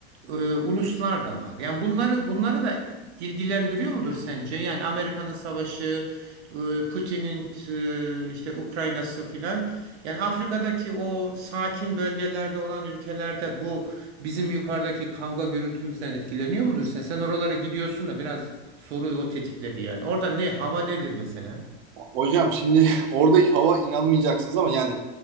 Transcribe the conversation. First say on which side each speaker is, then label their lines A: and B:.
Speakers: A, on the right; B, on the right.
A: e, uluslar da var. Yani bunları bunları da ilgilendiriyor mudur sence? Yani Amerika'nın savaşı, e, Putin'in e, işte Ukrayna'sı filan. Yani Afrika'daki o sakin bölgelerde olan ülkelerde bu Bizim yukarıdaki kavga gürültümüzden etkileniyor mudur sen? Sen oralara gidiyorsun da biraz soruyu o tetikledi yani. Orada ne hava nedir mesela?
B: Hocam şimdi <laughs> oradaki hava inanmayacaksınız ama yani